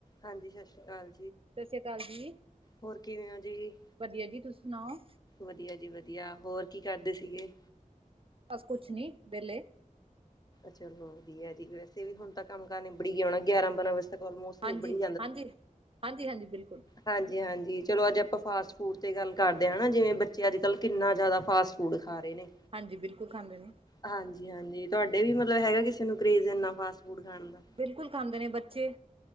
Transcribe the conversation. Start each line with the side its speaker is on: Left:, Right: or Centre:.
Left: ਹਾਂਜੀ ਸਤਿ ਸ਼੍ਰੀ ਅਕਾਲ
Right: ਸਤਿ ਸ਼੍ਰੀ ਅਕਾਲ ਜੀ।
Left: ਹੋਰ ਕਿਵੇਂ ਹੋ ਜੀ
Right: ਵਧੀਆ ਜੀ। ਤੁਸੀਂ ਸੁਣਾਓ?
Left: ਵਧੀਆ ਜੀ ਵਧੀਆ, ਹੋਰ ਕੀ ਕਰਦੇ ਸੀਗੇ?
Right: ਬਸ ਕੁਛ ਨੀ, ਵੇਲੇ।
Left: ਚਲੋ ਵਧੀਆ ਜੀ। ਵੈਸੇ ਵੀ ਹੁਣ ਤਾਂ ਕੰਮ ਕਾਰ ਨਿਬੜੀ ਗਿਆ ਹੋਣਾ, ਗਿਆਰਾਂ ਬਾਰਾਂ ਵਜੇ। ਤੱਕ ਆਲਮੋਸਟ ਨਿਬੜੀ
Right: ਹਾਂਜੀ-ਹਾਂਜੀ-ਹਾਂਜੀ-ਹਾਂਜੀ, ਬਿਲਕੁੱਲ।
Left: ਹਾਂਜੀ-ਹਾਂਜੀਚਲੋ ਅੱਜ ਆਪਾਂ ਫਾਸਟ ਫੂਡ ਤੇ ਗੱਲ ਕਰਦੇ ਹਾਂ ਨਾ, ਜਿਵੇਂ ਬੱਚੇ ਅੱਜ-ਕੱਲ੍ਹ ਕਿੰਨਾ ਜ਼ਿਆਦਾ ਫਾਸਟ ਫੂਡ ਖਾ ਰਹੇ ਨੇ-
Right: ਹਾਂਜੀ, ਬਿਲਕੁਲ ਖਾਂਦੇ ਨੇ।
Left: ਹਾਂਜੀ-ਹਾਂਜੀ। ਤੁਹਾਡੇ ਵੀ ਮਤਲਬ ਹੈਗਾ ਕਿਸੇ ਨੂੰ ਕਰੇਜ਼ ਇੰਨਾ ਫਾਸਟ ਫੂਡ ਖਾਣ ਦਾ?
Right: ਬਿਲਕੁੱਲ ਖਾਂਦੇ ਨੇ ਬੱਚੇ।